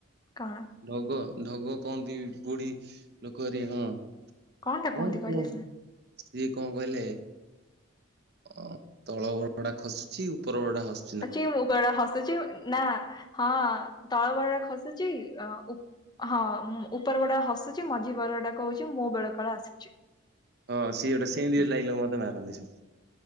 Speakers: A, on the left; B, on the right.
A: କଣ?
B: ଢଗ ଢଗ କହନ୍ତି, ବୁଢୀ ଲୋକ ହେରିକା, ହଁ।
A: କଣଟା
B: କ,
A: କୁହନ୍ତି କହିଲେ
B: କ,
A: ସିନା।
B: ସିଏ କଣ କହିଲେ? ଅ ତଳ ବରଡା ଖସୁଛି ଉପର ବରଡା ହସ୍
A: ଅଛି ଉପରା ହସୁଛି ନା ହଁ, ତଳ ବରଡା ଖସୁଛି ଅଁ ଉ ହଁ, ଉପର ବରଡା ହସୁଛି, ମଝି ବରଡା କହୁଛି, ମୋ ବେଳକାଳ ଆସୁଛି।
B: ହଁ, ସିଏଟା ସେମିତି
A: ହୁଁ
B: ଡାଇଲକ୍ ମତେ ମାରନ୍ତି ସବୁ।